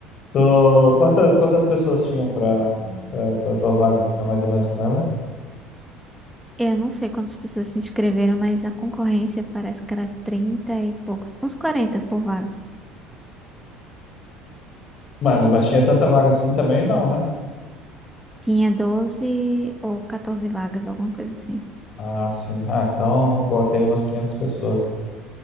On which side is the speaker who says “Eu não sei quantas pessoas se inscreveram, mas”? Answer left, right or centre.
Centre